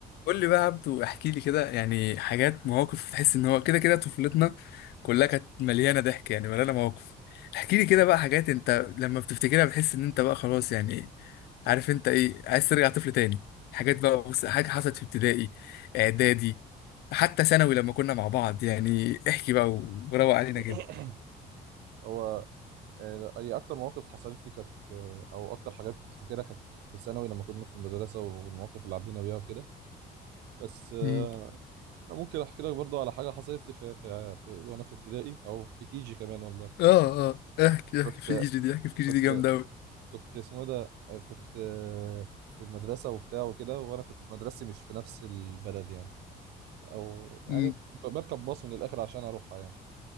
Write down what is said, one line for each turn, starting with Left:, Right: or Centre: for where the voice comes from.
Left: قول لي بقى يا عبدو احكي لي كده يعني حاجات مواقف تحس ان هو كده كده طفولتنا كلها كانت مليانه ضحك يعني مليانه مواقف احكي لي كده بقى حاجات انت لما بتفتكرها بتحس ان انت بقى خلاص يعني عارف انت ايه عايز ترجع طفل تاني حاجات بقى بص حاجه حصلت في ابتدائي اعدادي حتى ثانوي لما كنا مع بعض يعني احكي بقى وروق علينا
Right: <coughs>
Left: كده
Right: هو آه، هي اكتر مواقف حصلت لي كانت آه، او اكتر حاجات كنت فاكرها كانت في ثانوي لما كنا في المدرسه والمواقف اللي عدينا بيها وكده بس آه،
Left: امم
Right: ممكن احكي لك برضه على حاجه حصلت لي في, في, في وانا في ابتدائي او في كيجي كمان والله
Left: اه اه احكي
Right: كنت
Left: احكي في كي جي دي احكي في كي
Right: كنت
Left: جي دي جامده قوي
Right: كنت اسمه إيه ده آه، كنت آه، في المدرسه وبتاع وكده وانا كنت في مدرستي مش في نفس البلد يعني او يعني
Left: امم
Right: بركب باص من الاخر عشان اروحها يعني